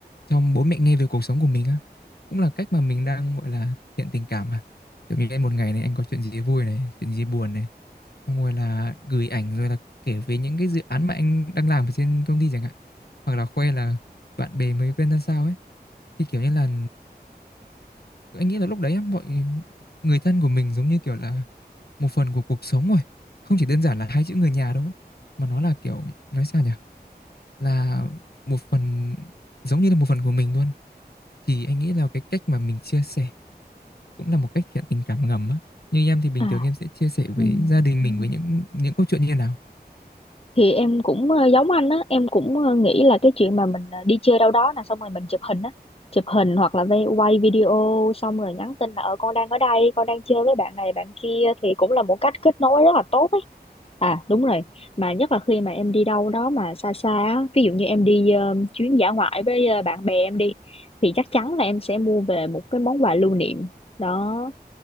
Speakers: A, on the left; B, on the left.
A: cho bố mẹ nghe về cuộc sống của mình á cũng là cách mà mình đang gọi là thiện tình cảm mà kiểu như em một ngày này anh có chuyện gì vui này chuyện gì buồn này xong rồi là gửi ảnh rồi là kể về những cái dự án mà anh đang làm ở trên công ty chẳng hạn hoặc là khoe là bạn bè mới quen ra sao ấy thì kiểu như là anh nghĩ là lúc đấy á, mọi người thân của mình giống như kiểu là một phần của cuộc sống rồi không chỉ đơn giản là hai chữ người nhà đâu ấy mà nó là kiểu nói sao nhỉ là một phần giống như là một phần của mình luôn. Thì anh nghĩ là cái cách mà mình chia sẻ cũng là một cách thiện tình cảm ngầm á. Như em thì bình
B: à
A: thường em sẽ chia sẻ với
B: ừ.
A: gia đình
B: ừ.
A: mình với những những câu chuyện như thế nào?
B: thì em cũng ờ, giống anh á em cũng ờ, nghĩ là cái chuyện mà mình ờ, đi chơi đâu đó là xong rồi mình chụp hình á chụp hình hoặc là vay- quay video xong rồi nhắn tin là ờ con đang ở đây con đang chơi với bạn này bạn kia thì cũng là một cách kết nối rất là tốt ấy à đúng rồi mà nhất là khi mà em đi đâu đó mà xa xa á ví dụ như em đi ờ, chuyến dã ngoại với ờ, bạn bè em đi thì chắc chắn là em sẽ mua về một cái món quà lưu niệm đó